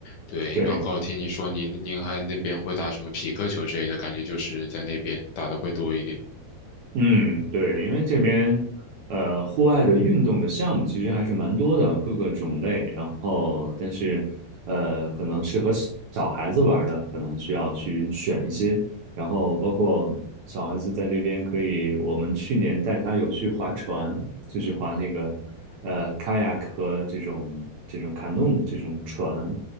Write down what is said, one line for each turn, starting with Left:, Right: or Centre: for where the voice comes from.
Left: 对，
Right: 对。
Left: 然后听你说您您还那边会打什么匹克球之类的，感觉就是在那边打的会多一点。
Right: 嗯，对，因为这边呃，户外的运动的项目其实还是蛮多的，各个种类。然后，但是呃，可能适合小小孩子玩儿的，可能需要去选一些。然后，包括小孩子在这边可以，我们去年带他有去划船，就是划那个呃 kayak 和这种这种 canoe 这种船。